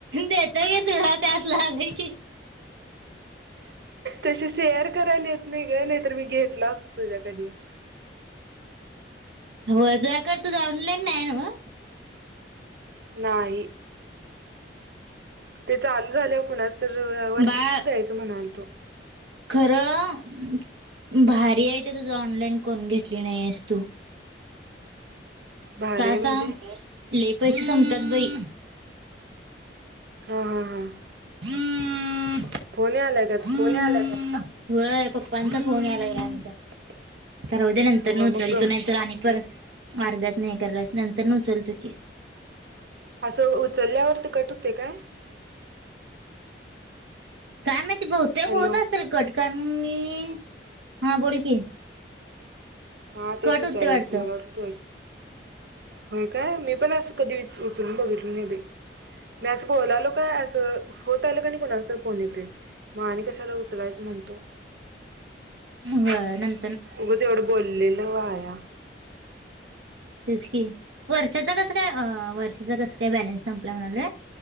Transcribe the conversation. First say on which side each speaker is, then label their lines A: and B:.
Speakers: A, on the right (about 85°); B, on the right (about 60°).
A: देतो की तुला त्यातल आलं की
B: तसे शेअर करायला देत नाही ग नाही तर मी घेतला असतो तुझ्याकडन.
A: होय तुझ्याकडे तुझ ऑनलाईन नाय न्हवं.
B: नाही. ते चालू झाल्यावर कुणाच तर वर्षीच
A: बाळ
B: द्यायच म्हणालतो.
A: खरं, भारी आहे ते तुझ ऑनलाईन करून घेतली नाहीस तू.
B: भारी
A: का
B: आहे
A: सांग
B: म्हणजे
A: लय पैसे संपतात बाई.
B: हां हां हां.
A: <inaudible> <inaudible>
B: फोन यायलाय.
A: फोन यायला तुमचा, होय पप्पांचा फोन यायला आहे आमचा. राहुदेत नंतरन
B: हो
A: उचलतो
B: मग ग
A: नाही तर आणि परत अर्ध्याात न हे करायला लागत, नंतरनी उचलतो की.
B: असं उचलल्यावरती कट होतोय काय?
A: काय माहिती बहुतेक
B: हॅलो
A: होत असेल कट कारण मी हा बोल की.
B: हा तेच
A: कट
B: विचाराल
A: होते वाटतं
B: मला वाटलं तू. होय, काय मी पण असं कधी उचलून बघितल नाही बाई मी असं बोलालो काय असं होत आलं कनई कुणाचं तर फोन येतोय. म आणि कशाला उचलायचं म्हणतो,
A: व्हयं नं
B: उगंच एवढं बोललेलं वाया.
A: तेच की, वर्षाचा कसं काय अ वर्षाचा कसं काय बॅलन्स संपला म्हणालोय.